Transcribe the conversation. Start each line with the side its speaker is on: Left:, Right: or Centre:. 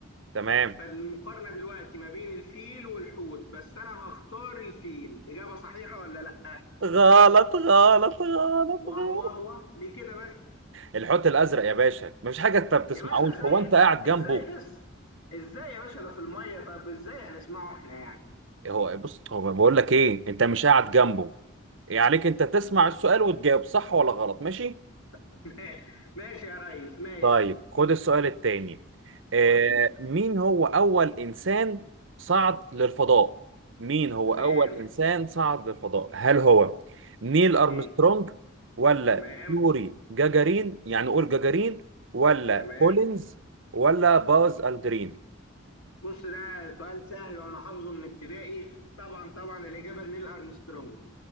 Right: تمام
Left: فالمقارنه دلوقتي ما بين الفيل والحوت بس انا هختار الفيل اجابه صحيحه ولا لا
Right: غلط غلط غلط
Left: وهو
Right: غلط
Left: هو ليه كده بس
Right: الحوت الازرق يا باشا مفيش حاجه انت ما بتسمعوش
Left: يا باشا ازاي
Right: هو انت قاعد جنبه
Left: ازاي بس ازاي يا باشا ده في الميه طب ازاي هنسمعه احنا يعني
Right: إيه هو بص هو بقول لك ايه انت مش قاعد جنبه إيه عليك انت تسمع السؤال وتجاوب صح ولا غلط ماشي
Left: <laughs> ماشي يا ريس ماشي
Right: طيب خد السؤال التاني آه
Left: قول لي
Right: مين هو اول انسان صعد للفضاء مين هو
Left: تمام
Right: اول انسان صعد للفضاء هل هو نيل ارمسترونج
Left: امم
Right: ولا
Left: تمام
Right: يوري جاجارين يعني قول جاجارين ولا
Left: تمام
Right: كولينز ولا باز الدرين
Left: بص ده سؤال سهل وانا حافظه من ابتدائي طبعا طبعا الاجابه نيل ارمسترونج